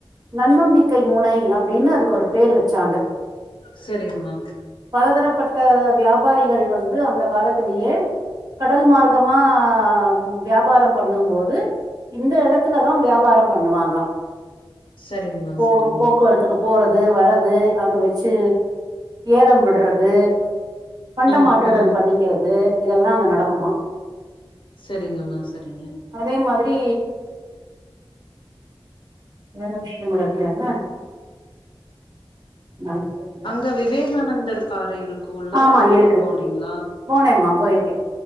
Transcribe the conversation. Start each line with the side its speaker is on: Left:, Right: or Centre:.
Right: நன்னம்பிக்கை முனை அப்டின்னு அதுக்கு ஒரு பேர் வச்சாங்க
Left: செரிங்கமா
Right: பலதரப்பட்ட வியாபாரிகள் வந்து அந்த காலத்லயே கடல் மார்கமா வியாபாரம் பண்ணும் போது இந்த எடத்துலதா வியாபாரம் பண்ணுவாங்களா
Left: சரிங்கம்மா
Right: போக
Left: சரிங்க
Right: போக்குவரத்துக்கு போறது வர்றது அங்க வச்சி ஏலம் விட்றது பண்டமாற்றுதல்
Left: ம் ம்
Right: பண்ணிகிறது இதெல்லா அங்க நடக்குமா
Left: செரிங்கம்மா சரிங்க
Right: அதே மாதிரி வேற விஷயோ கூட இருக்கே அங்க நடந்துகிறது
Left: அங்க விவேகானந்தர் பாறை இருக்குல்ல
Right: ஆமா
Left: அதுக்கு
Right: இருக்கு
Left: போனீங்களா
Right: போனேம்மா போயிருக்கே